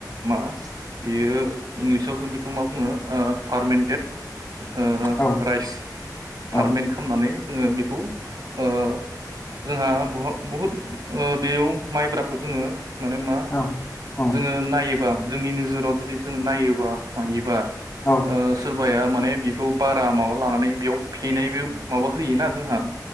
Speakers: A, on the right; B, on the left.
A: मा बेयो इंलिसाव जों बेखौ मा बुङो ओ फारमेन देद ओ
B: औ
A: राइस
B: औ
A: फारमेन् खालामनानै जोङो बेखौ ओ जोंहा बहुद बेयाव माइब्राखौ जोङो मानो होनबा
B: औ औ
A: जोङो नायो जोंनि नोजोराव जुदि जोङो नायोबा मायोबा
B: औ
A: आ सोरबाया माने बेखौ बारा माबा लानानै बेयाव फेनायबो माबा होयोना जोंहा,